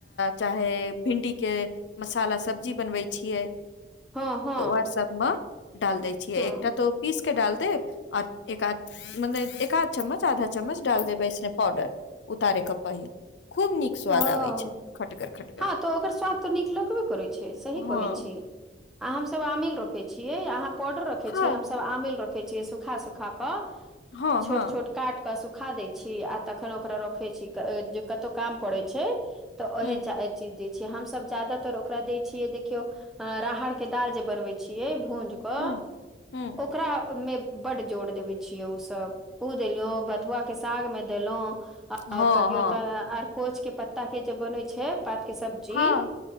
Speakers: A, on the left; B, in the centre.
A: चाहे भिन्डी के मसाला सब्जी बनबै छियै
B: हँ हँ
A: तऽ उहाय सबमे डाल दै छियै
B: हँ
A: एकटा तऽ पीस कऽ डाल देब आऔर एक मतलब एक आध चम्मच आधा चम्मच डाल देबै एसने पाउडर उतारे क पहिले खूब नीक स्वाद
B: हँ
A: आबै छै खटगर खटगर
B: तऽ ओकर स्वाद तऽ नीक लगबे करै छै सही
A: हँ
B: कहै छी हमसभ आमिल रखे छियै अहाँ पाडर रखे
A: हँ
B: छीियै हमसभ आमेल रखे छी सुखा सुखा क
A: हँ हँ
B: छोट छोट काट कऽ सुखा दै छी आ तखन ओकरा रखै छी जे कतहु काम पड़ै छै तऽ
A: हूँ
B: उह चीज दै छियै हमसभ ज्यादातर ओकरा दै छियै देखियौ अ राहड़के दालि जे बनबै छियै भूजि कऽ
A: हूँ हूँ
B: ओकरा मे बड जोर देबे छियै उसभ उ देलो बथुआके सागमे देलो आ
A: हँ
B: कहियो
A: हँ
B: त अर कोचके पत्ताके जे बनै छै पात के सब्जी
A: हँ